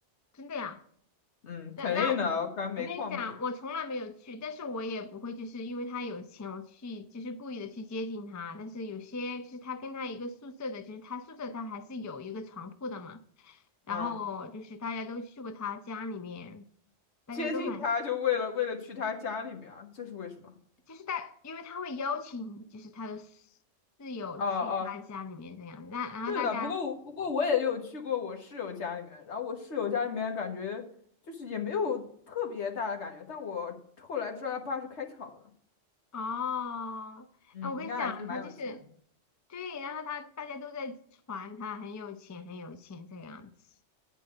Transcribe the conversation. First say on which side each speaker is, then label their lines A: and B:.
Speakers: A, on the left; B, on the left.
A: 真的呀。
B: 嗯，
A: 那那
B: 肯定的，我感觉煤矿不是，
A: 我跟你讲，我从来没有去，但是我也不会，就是因为他有钱，我去就是故意的去接近他。但是有些就是他跟他一个宿舍的，就是他宿舍他还是有一个床铺的嘛。然后就是大家都去过他家里面，
B: 啊，
A: 大家都很
B: 接近他就为了为了去他家里面啊，这是为什么？
A: 就是大，因为他会邀请就是他的室友去他家里面这样，
B: 啊啊，
A: 那然后大家
B: 是的，不过我不过我也有去过我室友家里面，然后我室友家里面感觉就是也没有特别大的感觉，但我后来知道他爸是开厂的，
A: 哦，
B: 嗯，
A: 哎，我跟你讲，
B: 应该还是蛮有钱的
A: 他就是对，然后他大家都在传他很有钱，很有钱这样子，